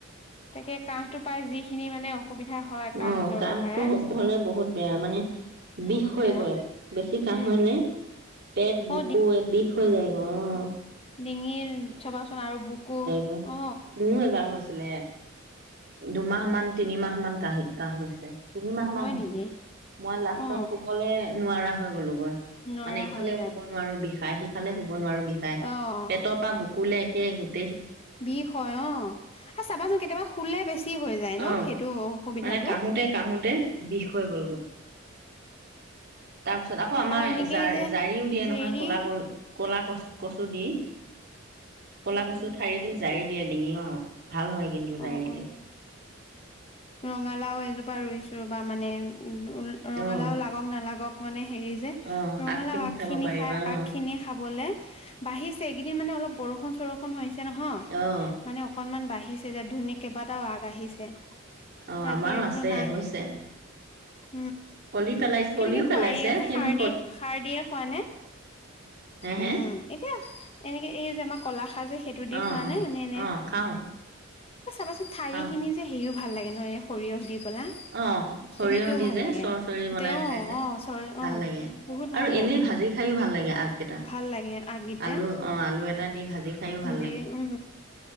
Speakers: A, on the left; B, on the right.
A: তাকে কাহটো <unintelligible> হয়
B: ম
A: কাহ জ্বৰৰ
B: কাহটো
A: পৰাই
B: হলে বহুত বেয়া মানে বিষ
A: বহুত
B: হৈ
A: বেয়া
B: গৈ বেছি কাহ
A: উম
B: হলে পেট বুকু
A: অ
B: বিষ হৈ যায়গৈ অ
A: ডিঙিৰ চাবাচোন আৰু বুকু
B: মোৰ
A: অ
B: এবাৰ হৈছে আছিলে দুমাহ মান তিনিমাহ মান কাহি কাহ হৈছে তিনি মাহ
A: হয়
B: মান হৈছে
A: নেকি
B: মই লাষ্টত
A: অ
B: শুবলৈ নোৱাৰা হৈ গ'লো গৈ
A: নোৱাৰা
B: মানে ইফালেও
A: হৈ যায়
B: শুব নোৱাৰো বিষাই সিফালে শুব নোৱাৰো বিষাই
A: অ
B: পেটৰ পৰা বুকু <unintelligible>
A: বিষ হয় অ' চাবাচোন কেতিয়াবা শুলে বেছি হৈ যায় ন
B: অ
A: সেইটো অসুবিধাটো।
B: মানে কাহোতে কাহোতে বিষ হৈ গ'লগৈ। তাৰপিছত আকৌ আমাৰ
A: আৰু এনেকেই
B: জাৰ
A: যে
B: জাৰিও দিয়ে
A: হেৰি
B: নহয় ক'লা গৰু। ক'লা কচ কচু দি। কলা কচু ঠাৰি দি জাৰি দিয়ে ডিঙি অ' ভাল হয় কিন্তু জাৰিলেও।
A: অ', অ'। ৰঙালাও এজোপা ৰুইছো ৰবা মানে উ, ৰঙালাও
B: অ।
A: লাগক নালাগক। মানে হেৰী যে
B: অ
A: ৰঙালাও
B: আগখিনি
A: আগ
B: খাব
A: খিনি
B: পাৰিবা
A: খাই আগ
B: অ
A: খিনি খাবলে বাঢ়িছে এইকেইদিন মানে অলপ বৰষুণ বৰষুণ চৰষুণ হৈছে নহয়
B: অ
A: মানে অকনমান বাহিৰ আহিছে যে ধুনীয়া কেইবাটাও আগ আহিছে।
B: অ'
A: তাকে
B: আমাৰো
A: বোলো
B: আছে
A: নাই
B: হৈছে।
A: <unintelligible>
B: কলি পেলাইছে
A: কেনেকে
B: কলিও
A: খোৱা
B: পেলাইছে
A: এইয়া যে
B: কিন্তু
A: সাৰ দি সাৰ দিয়ে খোৱা নে
B: হে হে
A: উম এতিয়া এনেকে এই যে আমাৰ কলাখাৰ যে সেইটো দি
B: অ
A: হোৱা
B: অ
A: নাই নে?
B: অ খাওঁ
A: চাবাচোন ঠাৰি
B: খাওঁ
A: খিনি যে হেৰি ভাল লাগে নহ এনে সৰিয়হ দি পেলা
B: অ সৰিয়হ
A: তেনেকেও
B: দি
A: ভাল
B: যে
A: লাগে
B: চৰ্ চৰি বনাই
A: তেওঁ
B: খাই যে
A: অ চ অ
B: ভাল লাগে
A: বহুত ভাল
B: আৰু
A: লাগে
B: এনেই ভাজি খাইও ভাল লাগে আগকেইটা।
A: ভাল লাগে আগগিতা
B: আলু অ আলু এটা দি ভাজি খায়ো ভাল
A: দি
B: লাগে
A: ও।